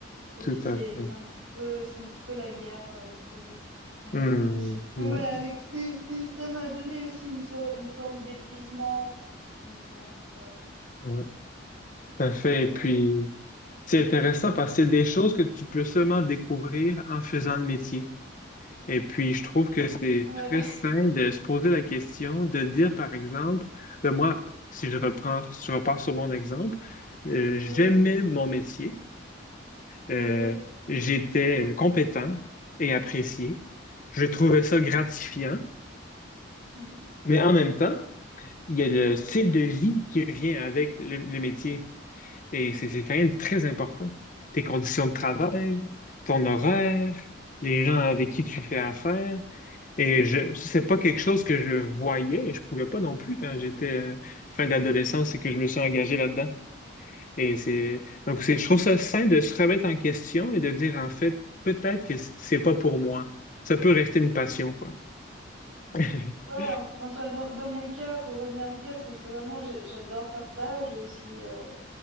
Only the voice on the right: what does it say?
et
puis c'est
c'est un petit peu c'est un petit peu la guerre euh, tous les jours. quoi. Mais
euh,
donc voilà, avec c'est c'est ça m'a donné aussi une so- une forme d'épuisement à certains moments. Euh,
euh,
ouais,
<laughs>
ouais,
oui. <laughs>
Ouais, en- enfin dans, dans mon cas, pour revenir à mon cas, c'est c'est vraiment j'ai- j'adore faire ça. J'ai aussi euh,